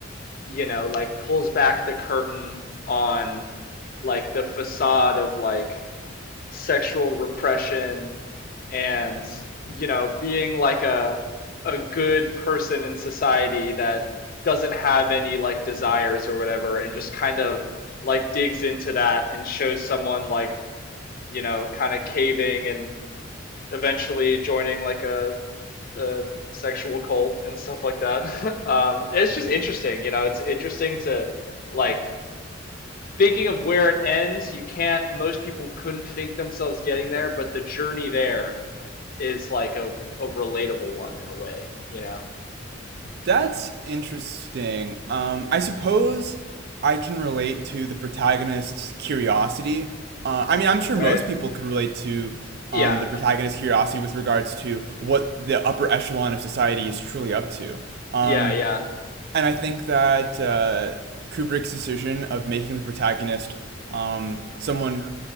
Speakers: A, on the left; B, on the right.
A: You know, like pulls back the curtain on like the facade of like sexual repression and you know being like a a good person in society that doesn't have any like desires or whatever and just kind of like digs into that and shows someone like you know kind of caving and eventually joining like a the sexual cult and stuff like that. <laughs> um, it's just interesting, you know. It's interesting to like thinking of where it ends. You can't. Most people couldn't think themselves getting there, but the journey there is like a a relatable one in a way, you know.
B: That's interesting. Um, I suppose I can relate to the protagonist's curiosity. Uh, I mean, I'm sure
A: Right?
B: most people could relate to
A: Yeah.
B: um, the protagonist's
A: uh,
B: curiosity with regards to what the upper echelon of society is truly up to. Um,
A: Yeah. Yeah.
B: and I think that uh, Kubrick's decision of making the protagonist um, someone